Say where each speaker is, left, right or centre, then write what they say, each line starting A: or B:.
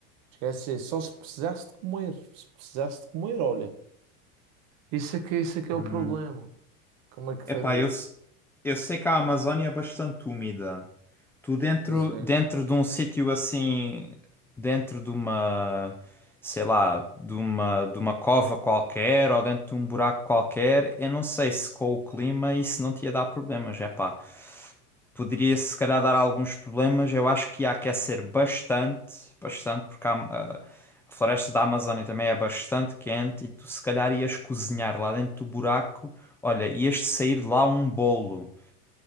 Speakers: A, on the right; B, in the centre.
A: Esquece, só se precisasse de comer, se precisasse de comer, olha, isso aqui, isso aqui é
B: Hum.
A: o problema. Como é que
B: Epá,
A: farei,
B: eu, se- eu sei que a Amazónia é bastante úmida. Tu dentro,
A: Pois é.
B: dentro de um sítio assim, dentro de uma, sei lá, de uma, de uma cova qualquer ou dentro de um buraco qualquer, eu não sei se com o clima isso não te ia dar problemas, é pá. Poderia se calhar dar alguns problemas, eu acho que ia aquecer bastante, bastante, porque a, a a floresta da Amazónia também é bastante quente e tu se calhar ias cozinhar lá dentro do buraco, olha, ias sair de lá um bolo.